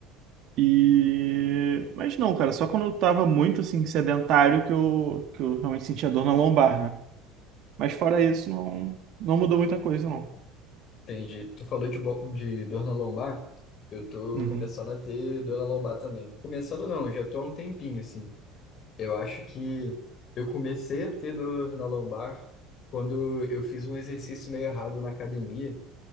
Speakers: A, on the right; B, on the left.
A: E... Mas não, cara, só quando eu tava muito assim, sedentário que eu, que eu realmente sentia dor na lombar, né? Mas fora isso, não, não mudou muita coisa, não.
B: Entendi. Tu falou de, bo- de dor na lombar. Eu tô
A: Uhum,
B: começando a ter dor na lombar também. Começando não, eu já tô há um tempinho assim. Eu acho que eu comecei a ter dor na lombar quando eu fiz um exercício meio errado na academia.